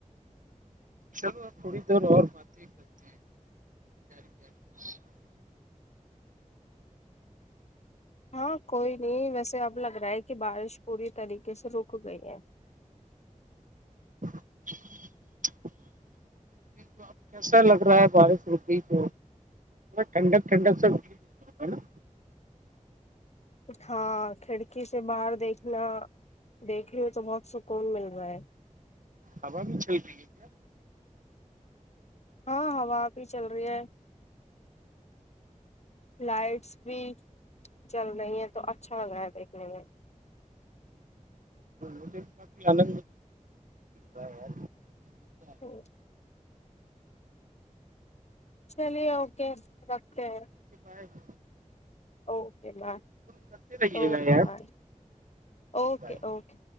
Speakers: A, on the right; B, on the left.
A: چلو تھوڑی دیر اور باتیں کرتے ہیں پیاری پیاری
B: ہاں کوئی نہیں ویسے اب لگ رہا ہے کہ بارش پوری طریقے سے رک گئی ہے
A: <unintelligible> کیسا لگ رہا ہے بارش ہوتی تو ٹھنڈک ٹھنڈک سب ہو ہے نا
B: ہاں کھڑکی سے باہر دیکھنا دیکھ رہی ہو تو بہت سکون مل رہا ہے
A: ہوا بھی چلتی ہے کیا
B: ہاں ہوا بھی چل رہی ہے لائٹس بھی چل رہی ہے تو اچھا لگ رہا دیکھنے میں
A: مجھے بھی کافی انند ہو رہا ہے یار رہا
B: ہوں چلیے اوکے رکھتے ہیں
A: اس کے پاس
B: اوکے بائے
A: کرتے رہیے
B: اوکے
A: گا یار
B: بائے اوکے
A: بائے
B: اوکے